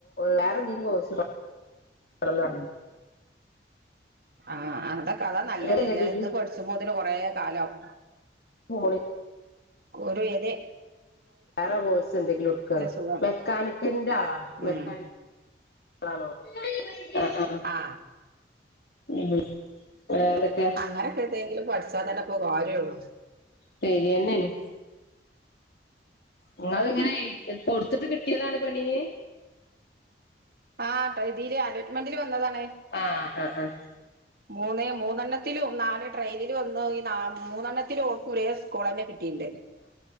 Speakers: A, on the left; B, on the right.
A: വേറെന്തെങ്കി കോഴ്സ് പ പഠിക്കൊന്നറിയില്ല
B: ആഹ് അതാ കഥ നല്ലത്
A: ഇല്ലല്ല
B: അല്ലാ
A: ഡിഗ്രിക്ക്
B: ഇത് പഠിച്ചുമ്പോത്തിന് കൊറേ കാലാവും
A: പോളി
B: കോരു എതെ
A: വേറെ കോഴ്സ് എന്തെങ്കിലും ഇട്ക്കാണ്
B: സുഖം
A: മെക്കാനിക്കിന്റെ ആളാ
B: ഉം
A: മെക്കാനി ആണോ ആഹ് ആഹ്
B: ആ
A: ഉം വേറെന്തൊക്കെ
B: അങ്ങനെക്കത്തെ എതെങ്കിലും പഠിച്ചാ തന്നെ പോ കാര്യൊള്ളു
A: ശരിയെന്നേണ് നിങ്ങളിങ്ങനെ കൊടുത്തിട്ട് കിട്ടിയതാണ് പെണ്ണിന്
B: ആ പതിൽ അലോട്ട്മെന്റിൽ വന്നതാണ്
A: ആഹ് ആഹ് ആഹ്
B: മൂന്നേ മൂന്നെണത്തിലും നാല് ട്രെയില് ഈ വന്നോ ഈ ന മൂന്നെണ്ണത്തിൽ ഓൾക്ക് ഒരേ സ്കുള് തന്നെ കിട്ടിയിണ്ട്